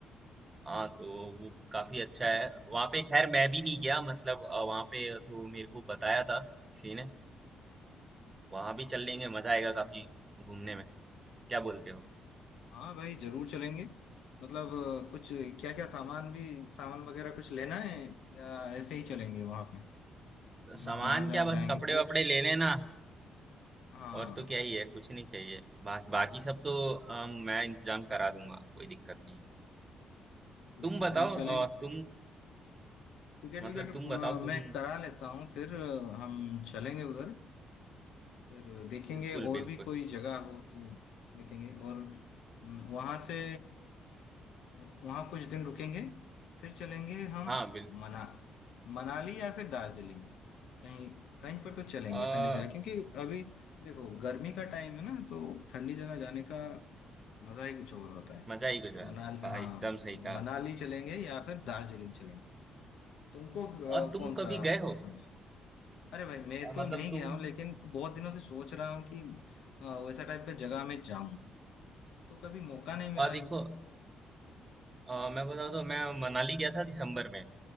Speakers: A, on the right; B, on the left.
A: हाँ तो वो काफी अच्छा है वहां पे खैर मैं भी नहीं गया मतलब अ, वहां पे तो मेरे को बताया था किसी ने तो वहां भी चल लेंगे मजा आएगा काफी घूमने में क्या बोलते हो
B: हाँ भाई जरूर चलेंगे मतलब अ, कुछ क्या क्या सामान भी सामान वगैरह कुछ लेना है या ऐसे ही चलेंगे वहां पे मतलब
A: सामान
B: जहां जहां
A: क्या बस
B: जाएंगे
A: कपड़े
B: एक
A: वपड़े ले लेना
B: हाँ
A: और तो क्या ही है कुछ नहीं चाहिए बा, बाकी सब तो अम, मैं इंतजाम करा दूंगा कोई दिक्कत नहीं है
B: ठीक
A: तुम
B: है
A: बताओ
B: हम चलेंगे
A: अ, तुम
B: टिकट
A: मतलब
B: विकेट अ,
A: तुम बताओ तुम
B: मैं करा लेता हूँ फिर अ, हम चलेंगे उधर फिर देखेंगे
A: बिल्कुल
B: और
A: बिल्कुल
B: भी कोई जगह हो तो देखेंगे और वहां से वहां कुछ दिन रुकेंगे फिर चलेंगे हम
A: हाँ बिल्कुल
B: मना मनाली या फिर दार्जिलिंग कहीं कहीं पर तो चलेंगे
A: आ,
B: ठंडी जगह क्योंकि अभी देखो गर्मी का टाइम है ना तो ठंडी जगह जाने का मजा ही कुछ और होता है
A: मजा ही गुजरा
B: मनाली
A: भाई
B: हाँ
A: एकदम सही कहा
B: मनाली चलेंगे या फिर दार्जिलिंग चलेंगे तुमको अ,
A: और तुम
B: कौन
A: कभी
B: सा
A: गए हो
B: पसंद है अरे भाई मैं
A: अ,
B: तो
A: मतलब
B: नहीं
A: तुम
B: गया हूँ लेकिन बहुत दिनों से सोच रहा हूँ कि अ, वैसा टाइप का जगह में जाऊं तो कभी मौका नहीं मिला
A: और देखो
B: है
A: अ, मैं बताऊँ तो मैं मनाली गया था दिसंबर में